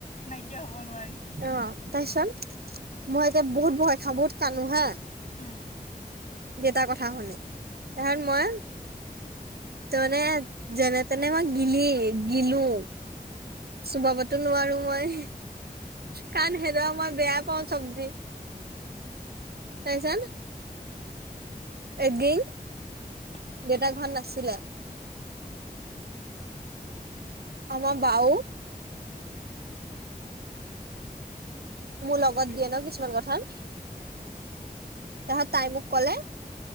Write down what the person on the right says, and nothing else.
অ, তাছত মই এতিয়া বহুত ভয় খাও বহুত কানো হা?
দেউতা কথা শুনি তাহাণ মই ত মনে যেনে-তেনে মই গিলি গিলো। চোবাবতো নোৱাৰো মই। কাণ হেদৱা মই বেয়া পাও চবজি তাছত এগেইন
দেউতা ঘৰত নাছিলে। আমাৰ বাউ
মোৰ লগত দিয়ে ন কিছুমান কথাত, তাহত তাই মোক ক'লে